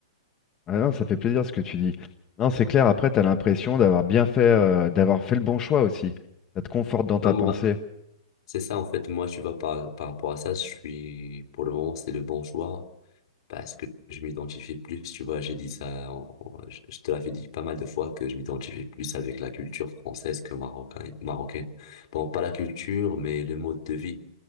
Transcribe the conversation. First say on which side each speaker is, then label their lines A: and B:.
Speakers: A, on the left (about 25°); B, on the left (about 60°).
A: Ah non, ça fait plaisir ce que tu dis. Non, c'est clair, après, tu as l'impression d'avoir bien fait, euh, d'avoir fait le bon choix aussi. Ça te conforte dans ta
B: Non, moi,
A: pensée.
B: c'est ça, en fait, moi, tu vois, par, par rapport à ça, je suis... Pour le moment, c'est le bon choix. parce que je m'identifie plus, tu vois, j'ai dit ça, en- en- je je te l'avais dit pas mal de fois que je m'identifie plus avec la culture française que marocaine, marocaine. Bon, pas la culture, mais le mode de vie.